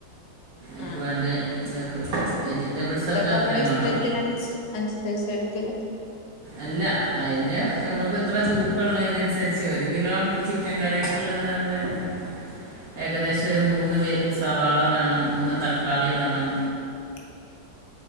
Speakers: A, on the right; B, on the left.
A: ഒക്കെ
B: ആഹ്
A: വേണ്ട ഇതൊക്കെ വെജിറ്റബിൾസൊക്കെ
B: ഇതൊക്കമ്മളെ
A: അത്രയും
B: ഇസ്തത്തിനൻസര്ച്ച്
A: വേണം
B: അൻസര്ചാ ഇട്ക്കല്
A: അല്ല അയിന്റെ നമ്മക്കെത്രേ തൂക്കള്ളെനെയിനന്സരിച്ച് ഒരു കിലോണ്ട് ചിക്കന് ചിക്കൻ കറീക്ക്ള്ളത് റ്ഞ്ഞാല് ഏകദേശം ഒരു മൂന്ന് വെ സവാള വേണം മൂന്ന് തക്കാളി വേണം
B: <unintelligible>